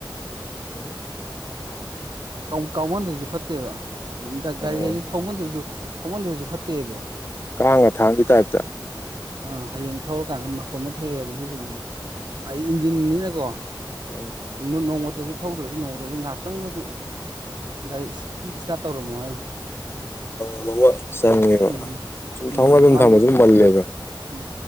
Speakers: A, on the left; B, on the right.
A: ꯑ
B: ꯀꯥꯎ ꯀꯥꯎꯃꯟꯗꯁꯨ ꯐꯠꯇꯦꯕ ꯒꯥꯔꯤ
A: ꯎꯝ
B: ꯍꯥꯏꯁꯦ ꯊꯧꯃꯟꯗ꯭ꯔꯁꯨ ꯊꯧꯃꯟꯗ꯭ꯔꯁꯨ ꯐꯠꯇꯦꯗꯣ
A: ꯀꯥꯡꯒ ꯊꯥꯡꯒꯤ ꯇꯥꯏꯞꯇ
B: ꯑ ꯍꯌꯦꯡ ꯊꯧꯔꯀꯥꯟꯗ ꯃꯀꯣꯟ ꯑꯃ ꯊꯣꯛꯑꯦ ꯑꯗꯨꯒꯤ ꯐꯤꯕꯝꯗ ꯑꯩ ꯏꯟꯖꯤꯟꯅꯤꯅꯀꯣ
A: ꯎꯝ
B: ꯅꯣ ꯅꯣꯡꯃꯇꯁꯨ ꯊꯧꯗ꯭ꯔꯁꯨ ꯅꯣꯡꯃꯇꯁꯨ ꯉꯥꯛꯇꯪꯗꯁꯨ ꯒꯥꯔꯤ ꯏꯁ ꯏꯁ꯭ꯇꯥꯔꯠ ꯇꯧꯔꯝꯃꯣ ꯍꯥꯏ
A: ꯉꯡꯕ ꯑꯃ ꯆꯪꯉꯦꯕ
B: ꯎꯝ
A: ꯁꯨꯝ ꯊꯧꯅꯗꯅ
B: ꯃꯥꯒꯤ
A: ꯊꯝꯃꯁꯨ ꯃꯜꯂꯦꯗꯣ
B: ꯎꯝ